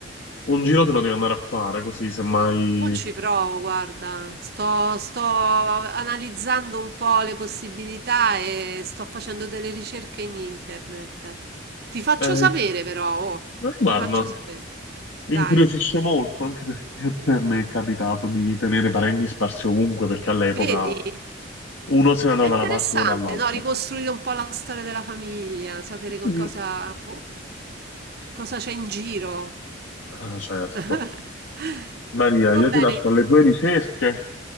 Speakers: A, on the left; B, on the right.
A: un giro te lo devi andare a fare, così semmai...
B: Mo' ci provo, guarda, sto, sto analizzando un po' le possibilità e sto facendo delle ricerche in internet. Ti faccio
A: Eh,
B: sapere
A: eh,
B: però, oh,
A: guarda,
B: ti Va faccio bene. sapere.
A: mi
B: Dai,
A: incuriosisce molto, anche perché cioè, mi è capitato di tenere parenti sparsi ovunque, perché all'epoca
B: vedi?
A: uno se ne andava
B: È interessante,
A: da una parte e uno dall'altra.
B: no? Ricostruire un po' la storia della famiglia, sapere che
A: Mm.
B: cosa, boh, cosa c'è in giro.
A: Ah, certo.
B: <laughs>
A: Maria, io
B: Va
A: ti
B: bene.
A: lascio alle tue ricerche